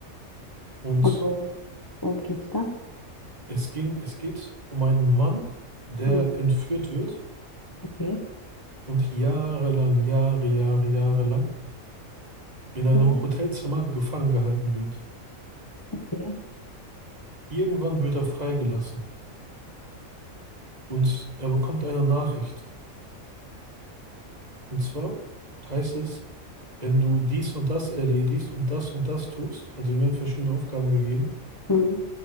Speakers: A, on the right; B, on the left.
A: und
B: Und worum, worum geht's da?
A: es ging, es geht um einen Mann, der
B: Hm,
A: entführt wird
B: Okay,
A: und jahrelang, Jahre, Jahre, Jahre lang in einem
B: Ja.
A: Hotelzimmer gefangen gehalten wird.
B: okay.
A: Irgendwann wird er freigelassen und er bekommt eine Nachricht. Und zwar heißt es, wenn du dies und das erledigst und das und das tust, also ihm werden verschiedene Aufgaben gegeben,
B: Hm.